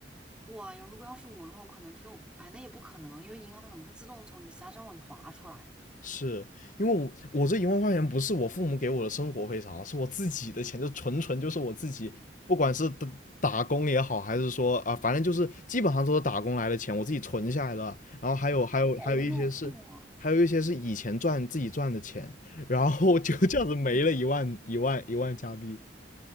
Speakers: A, in the centre; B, on the left.
A: 哇呀，如果要是我的话，我可能就，哎，那也不可能，因为银行可能会自动从你的其他账户里划出来，
B: 是因为我我这一万块钱不是我父母给我的生活费啥的，是我自己的钱，就纯纯就是我自己，不管是打打工也好，还是说啊，反正就是基本上都是打工来的钱，我自己存下来的。然后还有还有还有一些是，
A: 好肉痛啊！
B: 还有一些是以前赚自己赚的钱，然后就这样子没了一万一万一万加币。